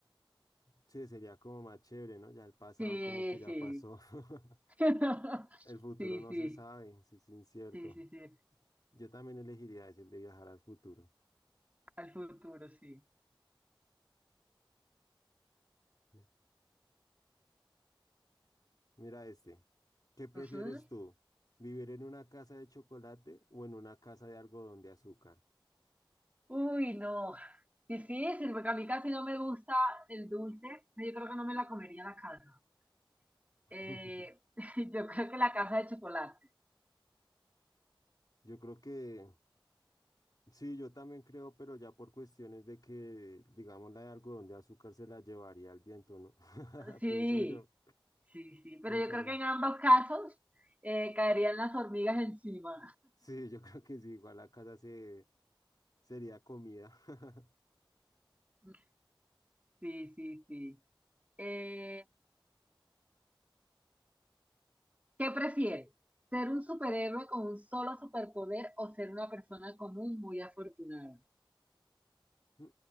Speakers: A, on the left; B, on the right.
A: Sí, sería como más chévere, ¿no? Ya el pasado
B: Sí,
A: como que ya
B: sí.
A: pasó. <laughs>
B: <laughs>
A: El futuro
B: Sí,
A: no
B: sí,
A: se sabe, sí sí, es incierto.
B: sí, sí, sí.
A: Yo también elegiría ese, el de viajar al futuro.
B: Al futuro, sí.
A: Bien. Mira este, ¿qué prefieres
B: Ujú.
A: tú? ¿Vivir en una casa de chocolate o en una casa de algodón de azúcar?
B: Uy, no. Difícil, porque a mí casi no me gusta el dulce. Yo creo que no me la comería la calma.
A: <laughs>
B: Eh, <laughs> yo creo que la casa de chocolate.
A: Yo creo que sí, yo también creo, pero ya por cuestiones de que, digamos, la de algodón de azúcar se la llevaría el viento, ¿no? <laughs>
B: Sí,
A: Pienso yo,
B: sí, sí. Pero
A: en
B: yo
A: cambio.
B: creo que en ambos casos eh, caerían las hormigas encima.
A: Sí, yo creo que sí, igual la casa se, sería comida. <laughs>
B: <laughs> Sí, sí, sí. Eh, ¿qué prefieres? ¿Ser un superhéroe con un solo superpoder o ser una persona común muy afortunada?
A: Mm,